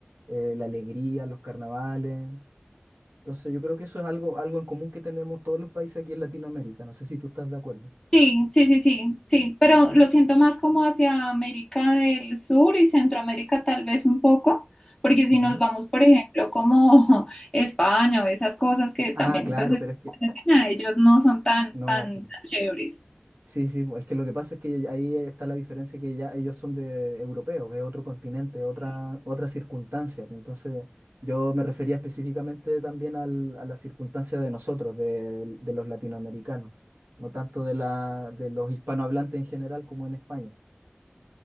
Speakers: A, on the right; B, on the left.
A: eh, la alegría, los carnavales. Entonces yo creo que eso es algo, algo en común que tenemos todos los países aquí en Latinoamérica. No sé si tú estás de acuerdo.
B: Sí, sí, sí, sí, sí, pero lo siento más como hacia América del Sur y Centroamérica tal vez un poco, porque si
A: Ujú.
B: nos vamos, por ejemplo, como <laughs> España o esas cosas que también,
A: Ah, claro,
B: pues,
A: pero es que eh,
B: ellos no son tan,
A: no.
B: tan chéveres.
A: Sí, sí, es que lo que pasa es que ahí está la diferencia que ya ellos son de europeos, es otro continente, otra, otra circunstancia. pues, Entonces, yo me refería específicamente también al- a la circunstancia de nosotros, de, de los latinoamericanos, no tanto de la, de los hispanohablantes en general como en España.